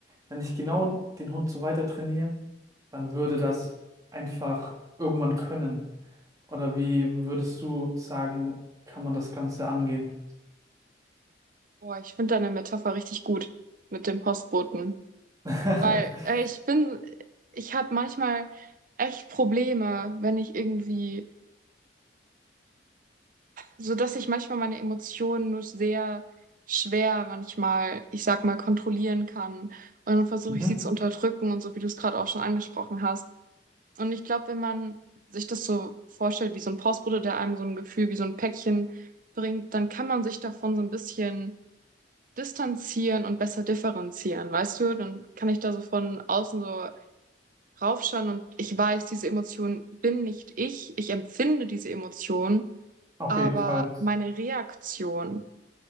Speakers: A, on the right; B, on the right.
A: wenn ich genau den Hund so weiter trainiere, dann würde das einfach irgendwann können. Oder wie würdest du sagen, kann man das Ganze angehen?
B: Boah, ich finde deine Metapher richtig gut mit dem Postboten,
A: <laughs>
B: weil äh, ich bin, ich habe manchmal echt Probleme, wenn ich irgendwie So dass ich manchmal meine Emotionen nur sehr schwer manchmal, ich sag mal, kontrollieren kann. Und dann versuche
A: Mhm,
B: ich sie zu unterdrücken und so, wie du es gerade auch schon angesprochen hast. Und ich glaube, wenn man sich das so vorstellt, wie so ein Postbote, der einem so ein Gefühl wie so ein Päckchen bringt, dann kann man sich davon so ein bisschen distanzieren und besser differenzieren, weißt du? Dann kann ich da so von außen so raufschauen und ich weiß, diese Emotion bin nicht ich, ich empfinde diese Emotion
A: auf
B: aber
A: jeden Fall.
B: meine Reaktion